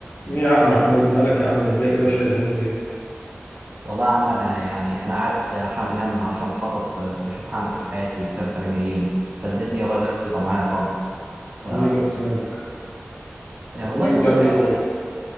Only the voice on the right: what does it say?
والله يا عم انا يعني انا قاعد حامل هم عشان بخطط بشوف هعمل ايه في حياتي كام سنه جايين فالدنيا بايظه معايا خالص ف
يعني
والله
بص
يعني